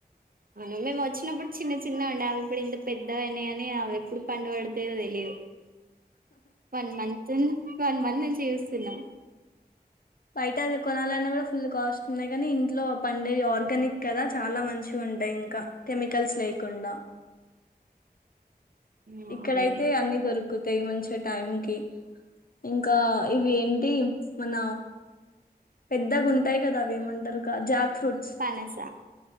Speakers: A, on the right (about 60°); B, on the left (about 60°).
A: అవును మేము వచ్చినప్పుడు చిన్న చిన్నగా ఉండే అవి ఇప్పుడు ఇంత పెద్దగైనైయ్ అని అవి ఎప్పుడు పండు పడతయో తెలియదు వన్ మంత్న్ వన్ మంత్ నుంచి చూస్తున్నా
B: బయట అది కొనాలన్నా కూడా ఫుల్ కాస్ట్ ఉన్నాయి. కానీ ఇంట్లో పండేవి ఆర్గానిక్ కదా చాలా మంచిగుంటయ్. ఇంకా కెమికల్స్ లేకుండా
A: హ్మ్,
B: ఇక్కడయితే
A: అవును
B: అన్నీ దొరుకు తక్కుతాయి మంచి టైం కి ఇంకా ఇవి ఏంటి మన పెద్దగా ఉంటాయి. కదా అవి ఏమంటారు జా ఫ్రట్స్
A: పనస